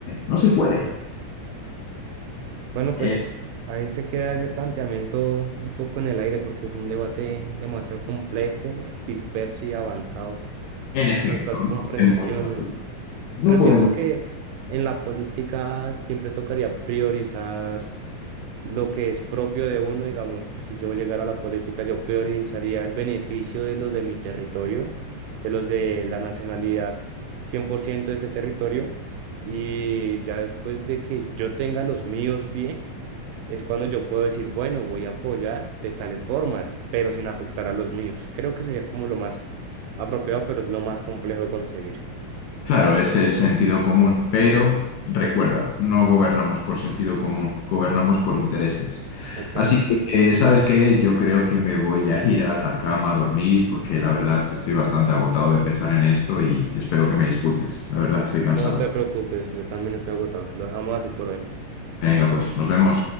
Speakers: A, on the left (about 75°); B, on the right (about 90°).
A: no se puede.
B: Bueno, pues
A: Eh,
B: ahí se queda ese planteamiento un poco en el aire porque es un debate demasiado complejo, disperso y avanzado
A: en
B: para
A: efecto,
B: nuestras
A: no
B: comprensiones.
A: podemos, no
B: Pero
A: podemos
B: siento que en la política siempre tocaría priorizar lo que es propio de uno, digamos, si yo llegara a la política, yo priorizaría el beneficio de los de mi territorio, de los de la nacionalidad 100% de este territorio, y ya después de que yo tenga los míos bien, es cuando yo puedo decir, bueno, voy a apoyar de tales formas, pero sin afectar a los míos. Creo que sería como lo más apropiado, pero es lo más complejo de conseguir.
A: Claro, es el sentido común, pero recuerda, no gobernamos por sentido común, gobernamos por intereses.
B: Exacto.
A: Así que, eh, ¿sabes qué? Yo creo que me voy a ir a la cama a dormir porque la verdad es que estoy bastante agotado de pensar en esto y espero que me disculpes. La verdad, estoy cansado.
B: No te preocupes, yo también estoy agotado. Lo dejamos así por hoy.
A: Venga, pues, nos vemos.